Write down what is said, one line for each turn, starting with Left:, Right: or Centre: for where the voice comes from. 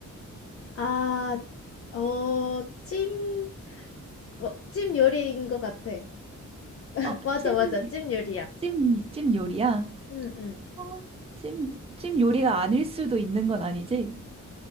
Left: 아, 어, 찜, 어, 찜 요리인 것 같아. <laughs>
Right: 어,
Left: 맞아,
Right: 찜,
Left: 맞아. 찜 요리야.
Right: 찜, 찜 요리야?
Left: 응, 응.
Right: 어, 찜, 찜 요리가 아닐 수도 있는 건 아니지?